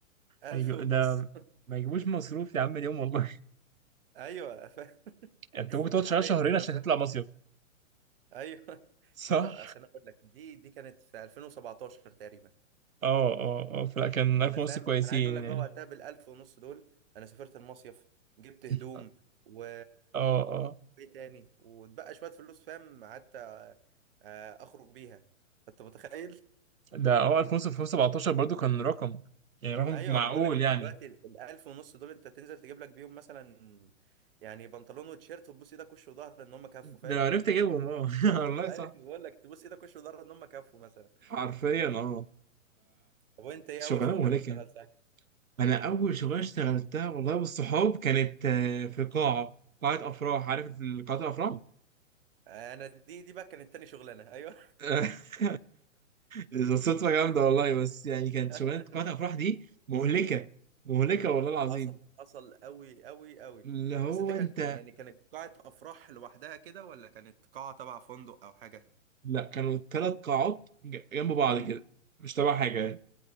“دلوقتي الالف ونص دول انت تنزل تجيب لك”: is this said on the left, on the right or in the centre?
Right